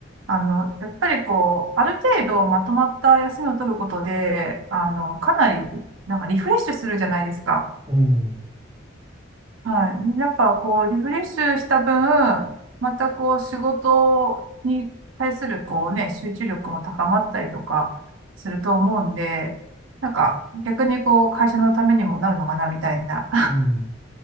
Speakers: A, on the right; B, on the right.
A: あの、やっぱりこう、ある程度まとまった休みを取ることで、あの、かなり、なんかリフレッシュするじゃないですか。
B: うん、
A: はい。やっぱこう、リフレッシュした分、またこう、仕事に対するこうね、集中力も高まったりとかすると思うんで、なんか逆にこう、会社のためにもなるのかな、みたいな。
B: うん。